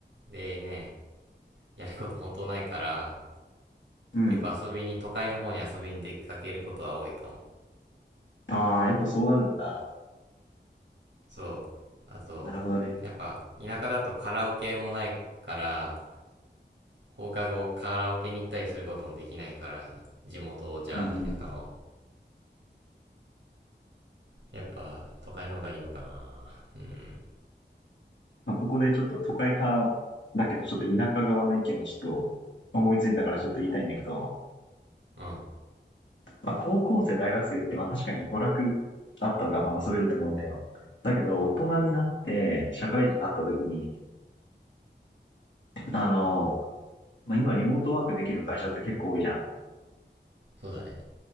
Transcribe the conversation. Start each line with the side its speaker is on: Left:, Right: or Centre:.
Right: でねやること本当ないから
Left: うん。
Right: 結構遊びに都会の方に遊びに出かけることは多いかも
Left: ああ、やっぱそうなるんだ。
Right: そうあとやっぱ田舎だとカラオケもないから
Left: なるほどね。
Right: 放課後カラオケに行ったりすることもできないから、地元じゃあ田舎の。
Left: うんうん。
Right: やっぱ都会の方がいいのかなうん。
Left: まあ、ここでちょっと都会派だけど、ちょっと田舎側の意見もちょっと思いついたからちょっと言いたいんだけど、
Right: うん。
Left: まあ、高校生、大学生って、まあ、確かに娯楽あった方がまあ遊べると思うんだよ。だけど、大人になって、社会人になった時に、あの、まあ、今リモートワークできる会社って結構多いじゃん。
Right: そうだね。